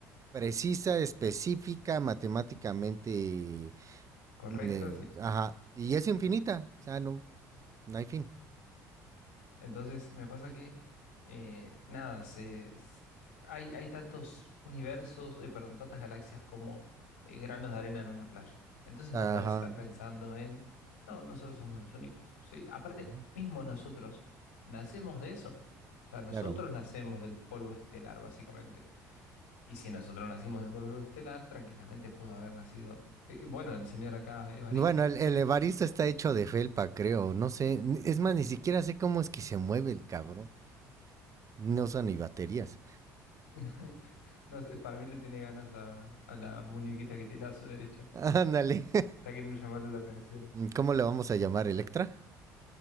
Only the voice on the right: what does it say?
precisa, específica, matemáticamente,
ne-
ajá, y es infinita. O sea, no, no hay fin.
Ajá.
ujú,
Claro.
Bueno, el, el Evaristo está hecho de felpa, creo. No sé. ni- Es más, ni siquiera sé cómo es que se mueve el cabrón. No usa ni baterías.
Ándale. <laughs>
¿Cómo le vamos a llamar? ¿Electra?